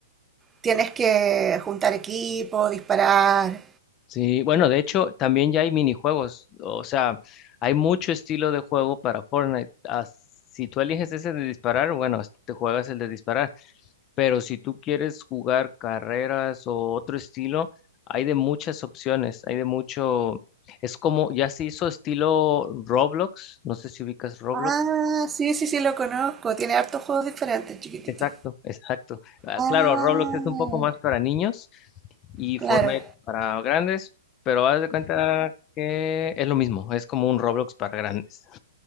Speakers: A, on the right; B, on the left.
A: tienes que juntar equipo, disparar.
B: Sí, bueno, de hecho, también ya hay minijuegos. O sea, hay mucho estilo de juego para Fortnite. Ah, si tú eliges ese de disparar, bueno, te juegas el de disparar. Pero si tú quieres jugar carreras o otro estilo, hay de muchas opciones, hay de mucho... Es como, ya se hizo estilo Roblox, no sé si ubicas Roblox.
A: Ah, sí, sí, sí, lo conozco. Tiene hartos juegos diferentes, chiquitito.
B: Exacto, exacto. Ah,
A: Ah,
B: claro, Roblox es un poco más para niños y
A: claro.
B: Fortnite para grandes, pero haz de cuenta que es lo mismo, es como un Roblox para grandes.